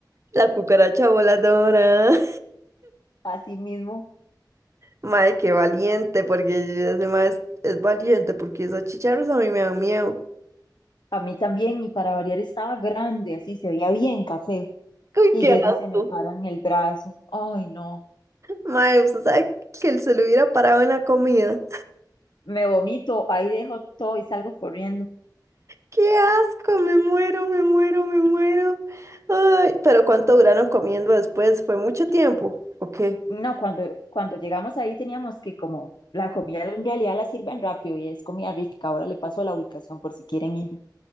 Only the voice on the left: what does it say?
Así mismo,
a mí también, y para variar estaba grande, así se veía bien café,
y
llega
y se me para en el brazo. Ay, no,
me vomito, ahí dejo todo y salgo corriendo.
No, cuando, cuando llegamos ahí teníamos que como la comida en realidad la sirven rápido y es comida rica. Ahora le paso la ubicación por si quieren ir,